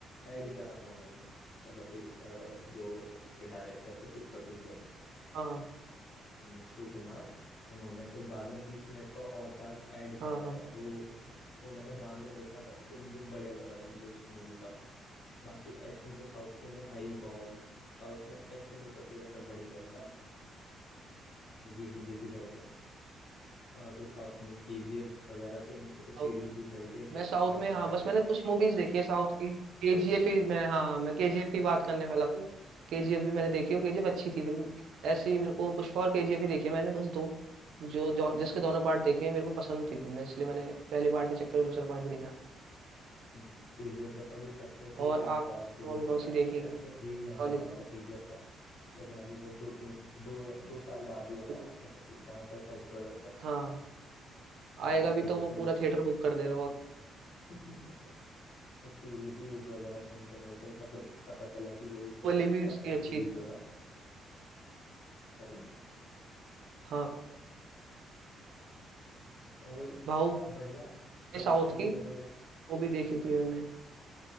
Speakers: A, on the left; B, on the right.
A: ऐड करा था उन्होंने मतलब कि अ, जो इसके डायरेक्टर थे पुष्पा टू के
B: हाँ
A: हम्म, सुकुमार उन्होंने फिर बाद में तीस मिनट का और पार्ट ऐड करा
B: हाँ हाँ
A: था वो वो मैंने बाद में देखा था तो वो बढ़िया लगा था मुझे उस मूवी का बाकी एक्शन तो साउथ के में है ही बहुत साउथ में एक्शन ही सबसे ज्यादा बढ़िया चलता है मूवीज में देखी जाए तो अरे साउथ में केजीएफ वगैरह तो इनकी तो सीरीज
B: हम्म
A: ही चल रही है चैप्टर
B: मैं साउथ
A: वन
B: में
A: चैप्टर
B: हाँ बस
A: टू
B: मैंने कुछ मूवीज देखी है साउथ की केजीएफ ही मैं हाँ मैं केजीएफ की बात करने वाला थी केजीएफ भी मैंने देखी हो केजीएफ अच्छी थी फिल्म ऐसी मेरे को पुष्पा और केजीएफ ही देखी है मैंने बस दो जो, जो जिसके दोनों पार्ट देखे हैं मेरे को पसंद थी फिल्म इसलिए मैंने पहले पार्ट के चक्कर में दूसरा पार्ट भी देखा
A: हम्म, केजीएफ का तो अभी चैप्टर थ्री
B: और
A: थोड़ा
B: आप
A: पॉज पे
B: कौन
A: भी
B: कौन
A: पड़ा
B: सी
A: है
B: देखी
A: चैप्टर थ्री भी आने
B: टॉलीवुड
A: वाला था केजीएफ का लेकिन अभी वो दो तीन दो या- दो साल बाद ही आएगा
B: की
A: मतलब कि जहां तक एज पर
B: हाँ
A: बातें
B: आएगा
A: चल
B: भी तो
A: रही
B: वो
A: थी मतलब
B: पूरा थिएटर
A: कि
B: बुक कर देगा वो
A: <laughs> उसकी रिव्यूज वगैरह सुन के मेरे को मतलब पता चला कि यही कि
B: वाली भी
A: चैप्टर
B: इसकी अच्छी
A: थ्री जो है सॉरी
B: हाँ
A: वही
B: बाहुबली
A: बढ़िया साउथ
B: साउथ
A: की मूवीज
B: की
A: वगैरह
B: वो भी देखी
A: हम्म
B: थी मैंने